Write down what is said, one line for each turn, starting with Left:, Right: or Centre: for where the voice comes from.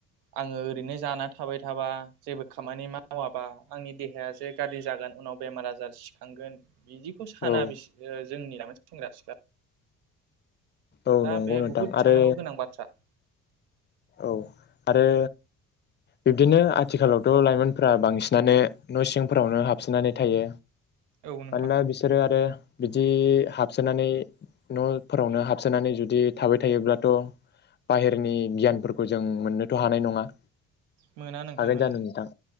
Right: आङो ओरैनो जाना थाबाय थाबा जेबो खामानि मावाबा आंनि देहायासो गाज्रि जागोन उनाव बेमार आजार सिखांगोन । बिदिखौ साना
Left: औ
Right: बिसो ओ जोंनि लाइमोन सेंग्रा सिख्ला
Left: औ
Right: दा
Left: नंगौ
Right: बे
Left: नोंथां
Right: बहुद
Left: आरो
Right: सानांगौ गोनां बाथ्रा।
Left: औ आरो बिब्दिनो आथिखालावथ' लाइमोनफोरा बांसिनानो न' सिंफोरावनो हाबसिननानै थायो।
Right: औ नोंथां
Left: मानोना बिसोरो आरो बिदि हाबसोनानै न'फोरावनो हाबसोनानै जुदि थाबाय थायोब्लाथ' बाहेरनि गियानफोरखौ जों मोननोथ' हानाय नङा।
Right: मोना नोंथां
Left: हागोन
Right: मोना
Left: जानो नोंथां